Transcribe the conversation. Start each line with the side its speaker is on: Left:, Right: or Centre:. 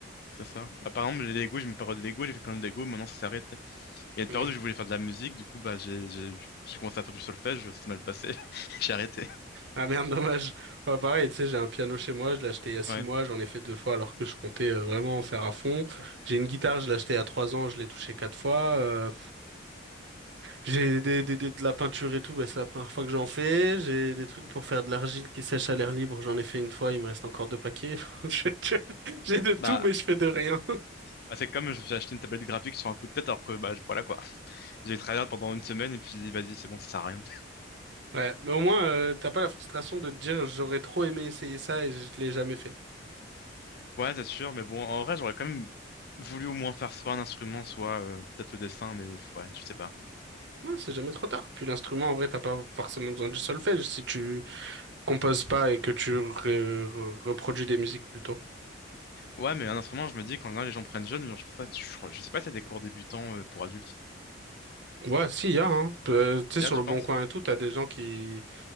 Left: C'est ça. Bah, par exemple, les Lego, j'ai eu une période de Lego, j'ai fait plein de Lego, maintenant ça s'arrête. Il y a une
Right: <clears throat>
Left: période où je voulais faire de la musique, du coup, bah, j'ai j'ai- j'ai commencé à faire du solfège, ça s'est mal passé, <laughs> j'ai arrêté.
Right: Ah merde, dommage. Ouais, pareil, tu sais, j'ai un piano chez moi, je l'ai acheté il y a six
Left: Ouais.
Right: mois, j'en ai fait deux fois alors que je comptais euh, vraiment en faire à fond. J'ai une guitare, je l'ai achetée il y a trois ans, je l'ai touchée quatre fois. euh, J'ai des, des- des- de la peinture et tout, bah, c'est la première fois que j'en fais. J'ai des trucs pour faire de l'argile qui sèche à l'air libre. J'en ai fait une fois, il me reste encore deux paquets. <laughs> Je- je- J'ai de tout,
Left: Bah,
Right: mais je fais de rien.
Left: bah, c'est comme j'ai acheté une tablette graphique sur un coup de tête, alors que, bah, voilà quoi. J'ai travaillé pendant une semaine et puis j'ai dit, vas-y, c'est bon, ça sert à rien.
Right: Ouais, mais au moins, euh, t'as pas la frustration de te dire j'aurais trop aimé essayer ça et je l'ai jamais fait.
Left: Ouais, c'est sûr, mais bon, en vrai, j'aurais quand même voulu au moins faire soit un instrument, soit euh, peut-être le dessin, mais ouais, je sais pas.
Right: Non, c'est jamais trop tard. Puis l'instrument, en vrai, t'as pas forcément besoin du solfège si tu composes pas et que tu re- re- reproduis des musiques plutôt.
Left: Ouais, mais un instrument, je me dis, quand général, les gens prennent jeune, genre, je pense pas, je, je sais pas si y a des cours débutants euh, pour adultes.
Right: Ouais, si, y a, hein. Euh, tu sais,
Left: Là,
Right: sur
Left: tu
Right: le
Left: penses?
Right: Bon Coin et tout, t'as des gens qui